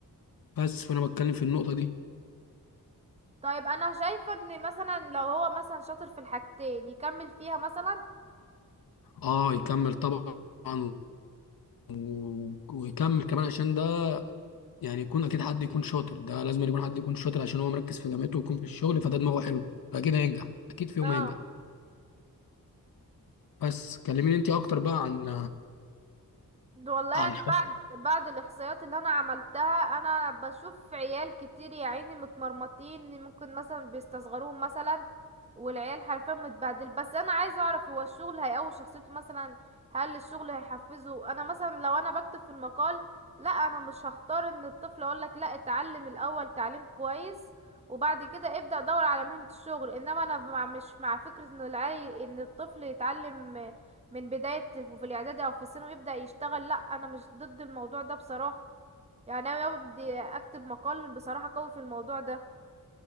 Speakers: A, on the left; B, on the right.
A: بس فانا بتكلم في النقطه دي
B: طيب انا شايفة ان مثلا لو هو مثلا شاطر في الحاجتين يكمل فيها مثلا
A: اه يكمل طبعا و... و- ويكمل كمان عشان ده يعني يكون اكيد حد يكون شاطر ده لازم يكون حد يكون شاطر عشان هو مركز في جامعته ويكون في الشغل فده دماغه حلوه فاكيد هينجح اكيد في يوم
B: اه
A: هينجح بس كلميني انت اكتر بقى عن
B: والله
A: عن
B: انا
A: الحوار
B: بعد بعد الاحصائيات اللي انا عملتها انا بشوف عيال كتير يا عيني متمرمطين ممكن مثلا بيستصغروهم مثلا والعيال حرفيا متبهدل بس انا عايزه اعرف هو الشغل هيقوي شخصيته مثلا هل الشغل هيحفزه انا مثلا لو انا بكتب في المقال لا انا مش هختار ان الطفل اقول لك لا اتعلم الاول تعليم كويس وبعد كده ابدأ دور على مهنة الشغل انما انا مع- مش مع فكرة ان العي ان الطفل يتعلم من بداية وفي الإعدادي أو في الثانوي يبدأ يشتغل لأ أنا مش ضد الموضوع ده بصراحة يعني أنا لو بدي أكتب مقال بصراحة قوي في الموضوع ده